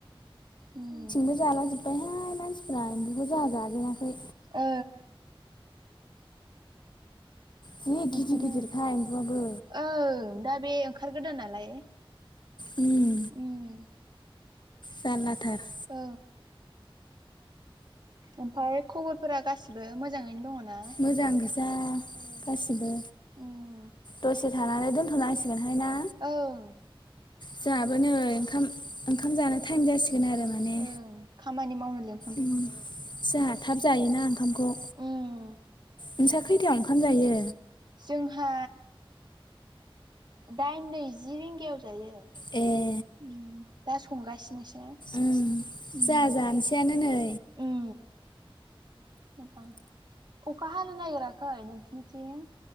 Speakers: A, on the right; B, on the left.
A: ओम।
B: बे जाला जोब्बायहाय मानसिफ्रा एम्बुखौ जोंहा जाजेनाखै।
A: ओ।
B: जि
A: बिदिनो
B: गिदिर गिदिरखाय एम्बुआबो।
A: ओं दा बे ओंखार गोदान नालाय।
B: उम।
A: उम।
B: जारलाथार।
A: औ। ओमफ्राय खबरफोरा गासिबो मोजाङैनो दङ ना?
B: मोजां गोजा गासैबो।
A: उम
B: दसे थानानै दोनथ'नांसिगोनहाय ना?
A: औ।
B: जोंहाबो नै ओंखाम ओंखाम जानो टाइम जासिगोन आरो माने।
A: ओं खामानि मावनो लिं
B: ओम जाहा थाब जायो ना ओंखामखौ।
A: उम
B: नोंसा खैथायाव ओंखाम जायो?
A: जोंहा दाइन नैजि रिंगायाव जायो।
B: ए।
A: ओम दा संगासिनोसो।
B: ओम
A: उम
B: जाहा जानोसैयानो नै।
A: उम मोजां अखा हानो नागिराखै नोंसिनिथिं?